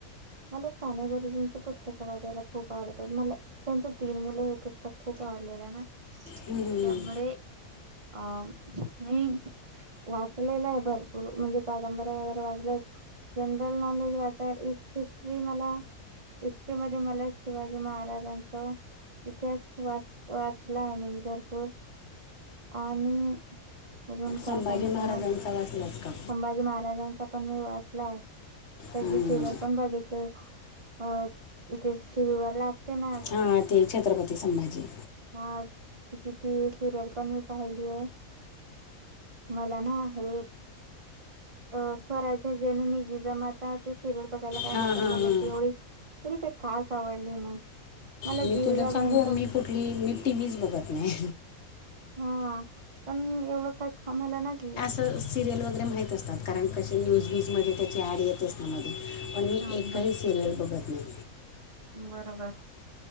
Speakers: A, on the right; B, on the left.
A: मला साने गुरुजींची पुस्तकं वाचायला खूप आवडतात, मला त्यांच तीन मुलं हे पुस्तक खूप आवडलेलं ना.
B: हम्म हम्म,
A: त्यामुळे अ नाही वाचलेलं आहे, भरपूर म्हणजे कादंबऱ्या वगैरे वाचल्यात. जनरल नॉलेज वाचाय हि-हिस्ट्री मला हिस्ट्री मध्ये मला शिवाजी महाराजांचं इथिहास वाच वाचलाय मी भरपूर आणि अजून काय
B: संभाजी
A: सांगू
B: महाराजांचा
A: तुम्हाला
B: वाचलाच का?
A: संभाजी महाराजांचा पण मी वाचलाय त्याचे
B: हम्म.
A: सिरियल पण बघितले. अ ते टि व्ही वर लागते ना
B: हां ते छत्रपती संभाजी.
A: हा त किती सिरियल पण मी पाहिली आहे. मला ना हे अ स्वराज्य जननी जिजामाता ते सिरियल बघायला काय
B: हां
A: नाही पण
B: हां
A: मला
B: हां
A: ती एवढी काही खास आवडली नाही. मला
B: मी
A: जिवजाबाईंच
B: तुला सांगू मी कुठली मी टी व्हीच बघत नाही.
A: हा पण एवढं काय सजमला नाही.
B: तर सिरियल वगैरे माहीत असतात कारण कसे न्यूज वीजमध्ये त्याची ॲड येतेच ना मध्ये पण मी
A: हा
B: एकही
A: ब
B: सिरियल बघत नाही.
A: बरोबर.